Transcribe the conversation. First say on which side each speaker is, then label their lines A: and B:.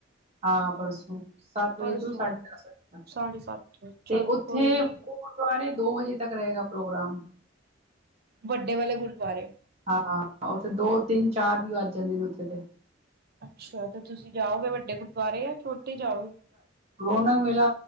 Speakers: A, on the right; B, on the right.
A: ਹਾਂ ਪਰਸੋਂ ਸਾੱਤ
B: ਪਰਸੋਂ
A: ਵਜੇ ਤੋਂ ਸਾਢੇ ਦਾਸ ਵਜੇ ਤੱਕ
B: ਸਾਢੇ ਸੱਤ ਵਜੇ
A: ਤੇ
B: ਚਲੋ
A: ਓਥੇ
B: ਕੋਈ ਨੀ
A: ਗੁਰਦੁਆਰੇ ਦੋ ਵਜੇ ਤੱਕ ਰੇਏਗਾ ਪ੍ਰੋਗਰਾਮ।
B: ਵੱਡੇ ਵਾਲੇ ਗੁਰਦੁਆਰੇ।
A: ਹਾਂ ਓਥੇ ਦੋ, ਤਿੰਨ, ਚਾਰ ਵੀ ਵੱਜ ਜਾਂਦੇ ਨੇ ਓਥੇ ਤੇ
B: ਅੱਛਾ ਤੇ ਤੁਸੀ ਜਾਓਗੇ ਵੱਡੇ ਗੁਰਦੁਆਰੇ ਯਾ ਛੋਟੇ ਜਾਓ।
A: ਰੋਂਨਕ ਮੇਲਾ